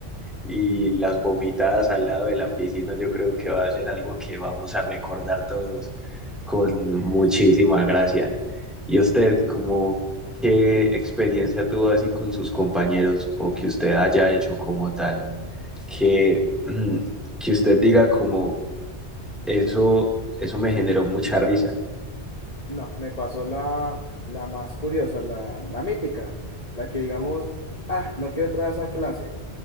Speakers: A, in the centre; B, on the left (about 35°).
A: Y las vomitadas al lado de la piscina, yo creo que va a ser algo que vamos a recordar todos con muchísima gracia. ¿Y usted, como qué experiencia tuvo así con sus compañeros o que usted haya hecho como tal, que, <clears throat> que usted diga como eso, eso me generó mucha risa?
B: No, me pasó la, la más curiosa, la, la mítica, la que digamos, ah, no quiero entrar a esa clase.